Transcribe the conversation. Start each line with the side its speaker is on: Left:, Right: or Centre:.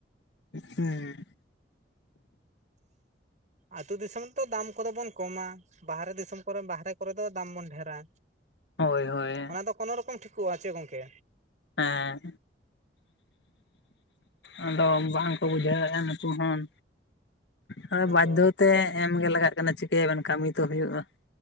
Left: ᱦᱮᱸ
Right: ᱟᱹᱛᱩ ᱫᱤᱥᱚᱢ ᱛᱚ ᱫᱟᱢ ᱠᱚᱫᱚ ᱵᱚᱱ ᱠᱚᱢᱟ ᱵᱟᱦᱨᱮ ᱫᱤᱥᱚᱢ ᱠᱚᱨᱮ ᱵᱟᱦᱨᱮ ᱥᱟᱭ ᱠᱚᱨᱮ ᱫᱚ ᱫᱟᱢ ᱵᱚᱱ ᱰᱷᱮᱨᱟ
Left: ᱦᱳᱭ ᱦᱳᱭ
Right: ᱚᱱᱟ ᱫᱚ ᱠᱳᱱᱳ ᱨᱚᱠᱚᱢ ᱴᱷᱤᱠᱚᱜᱼᱟ ᱪᱮ ᱜᱚᱝᱠᱮ
Left: ᱦᱮᱸ <inaudible> ᱟᱫᱚ ᱵᱟᱝᱠᱚ ᱵᱩᱡᱷᱟᱹᱣᱮᱫᱼᱟ ᱱᱩᱠᱩ ᱦᱚᱸ ᱦᱚᱭ
Right: ᱟᱫᱚ
Left: ᱵᱟᱫᱽᱫᱷᱚ ᱛᱮ ᱮᱢᱜᱮ ᱞᱟᱜᱟᱜ ᱠᱟᱱᱟ ᱪᱤᱠᱟᱹᱭᱟᱵᱮᱱ ᱠᱟᱹᱢᱤ ᱛᱚ ᱦᱩᱭᱩᱜᱼᱟ ᱾